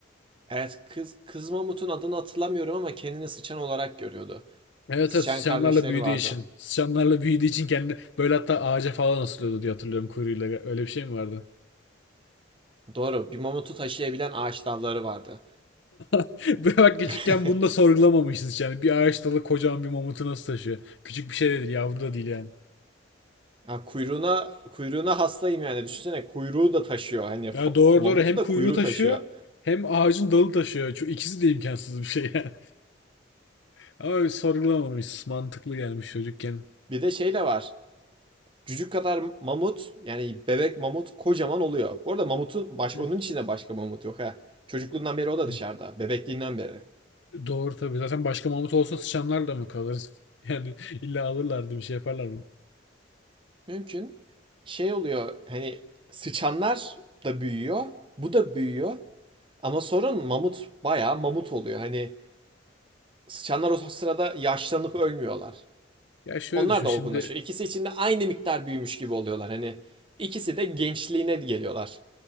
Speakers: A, on the right (about 25°); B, on the left (about 70°).
A: Evet, kız, kız mamutun adını hatırlamıyorum ama kendini sıçan olarak görüyordu.
B: Evet
A: Sıçan
B: evet sıçanlarla
A: kardeşleri
B: büyüdüğü
A: vardı.
B: için. Sıçanlarla büyüdüğü için kendi böyle hatta ağaca falan asılıyordu diye hatırlıyorum kuyruğuyla. Öyle bir şey mi vardı?
A: Doğru, bir mamutu taşıyabilen ağaç dalları vardı.
B: <laughs> Bak küçükken
A: <laughs>
B: bunu da sorgulamamışız yani. Bir ağaç dalı kocaman bir mamutu nasıl taşıyor? Küçük bir şey de değil yavru da değil yani.
A: Ya kuyruğuna kuyruğuna hastayım yani. Düşünsene kuyruğu da taşıyor. Hani fa-
B: Ya doğru
A: mamutu
B: doğru hem
A: da
B: kuyruğu
A: kuyruğu
B: taşıyor
A: taşıyor.
B: hem ağacın dalı taşıyor. Şu ikisi de imkansız bir şey yani. <laughs> Ama biz sorgulamamışız. Mantıklı gelmiş çocukken.
A: Bir de şey de var. Cücük kadar mamut yani bebek mamut kocaman oluyor. Bu arada mamutun
B: <laughs>
A: baş, onun içinde başka mamut yok ha. Çocukluğundan beri o da
B: Hı.
A: dışarıda. Bebekliğinden beri.
B: Doğru tabii. Zaten başka mamut olsa sıçanlar da mı kalır? <laughs> Yani illa alırlardı bir şey yaparlardı.
A: Mümkün. Şey oluyor hani sıçanlar da büyüyor. Bu da büyüyor. Ama sorun mamut bayağı mamut oluyor. Hani sıçanlar o sırada yaşlanıp ölmüyorlar.
B: Ya şöyle
A: Onlar
B: düşün
A: da
B: şimdi
A: olgunlaşıyor. İkisi içinde aynı miktar büyümüş gibi oluyorlar. Hani ikisi de gençliğine geliyorlar.